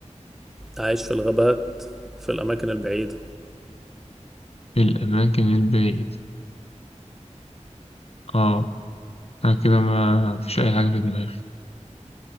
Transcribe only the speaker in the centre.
عايش في الغابات في الأماكن البعيدة